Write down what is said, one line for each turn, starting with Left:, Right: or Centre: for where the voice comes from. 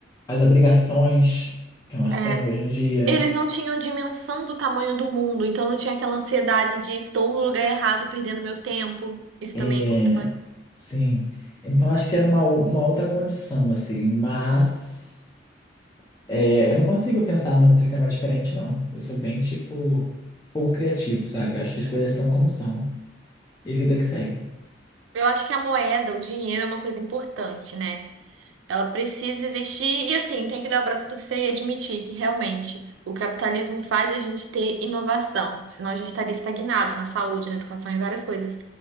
Left: as obrigações que nós
Right: É.
Left: temos hoje em dia.
Right: Eles não tinham dimensão do tamanho do mundo, então não tinha aquela ansiedade de estou no lugar errado, perdendo meu tempo. Isso também
Left: É,
Right: é importante.
Left: Sim. Então acho que era uma, ou- uma outra condição, assim, mas é, eu não consigo pensar num sistema diferente, não. Eu sou bem, tipo, pouco criativo, sabe? Acho que as coisas são como são. E vida que segue.
Right: Eu acho que a moeda, o dinheiro é uma coisa importante, né? Ela precisa existir e, assim, tem que dar o braço a torcer e admitir que realmente o capitalismo faz a gente ter inovação, senão a gente estaria estagnado na saúde, na educação e várias coisas.